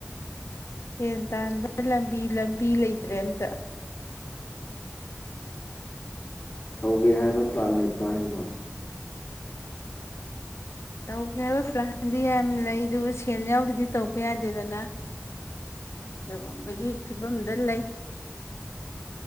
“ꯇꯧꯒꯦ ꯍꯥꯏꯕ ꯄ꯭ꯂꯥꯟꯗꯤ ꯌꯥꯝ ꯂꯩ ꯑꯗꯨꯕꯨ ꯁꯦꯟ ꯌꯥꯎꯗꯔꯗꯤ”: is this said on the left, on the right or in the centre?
Left